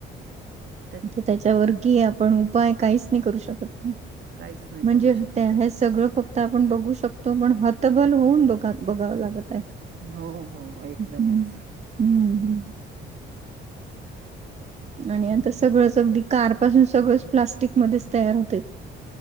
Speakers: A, on the right; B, on the right.
A: ह
B: तर त्याच्यावर की आपण उपाय काहीच नाही करू शकत नाही
A: काहीच नाही
B: म्हणजे
A: करू शकत.
B: त्या हे सगळं फक्त आपण बघू शकतो पण हतबल होऊन बघ बघावं लागत आहे
A: हो हो एकदमच
B: हम्म हम्म हम् आणि आता सगळंच अगदी कार पासून सगळंच प्लास्टिक मध्येच तयार होते